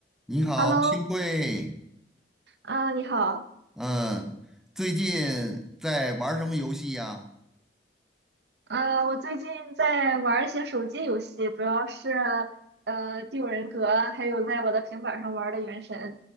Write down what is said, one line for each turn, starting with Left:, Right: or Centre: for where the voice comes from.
Centre: 你好，
Right: Hello，
Centre: 幸会。
Right: 啊、你好，
Centre: 嗯，最近在玩儿什么游戏呀？
Right: 啊，我最近在玩一些手机游戏，主要是呃《第五人格》，还有在我的平板上玩的《原神》。